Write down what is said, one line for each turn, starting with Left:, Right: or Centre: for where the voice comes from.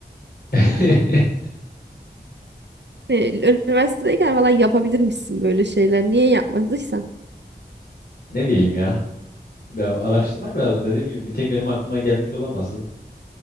Left: <laughs>
Right: E, Üniversitedeyken falan yapabilirmişsin böyle şeyler. Niye yapmadıysan?
Left: Ne bileyim ya. Ya araştırmak lazım. Dediğim gibi bir tek benim aklıma gelmiş olamaz.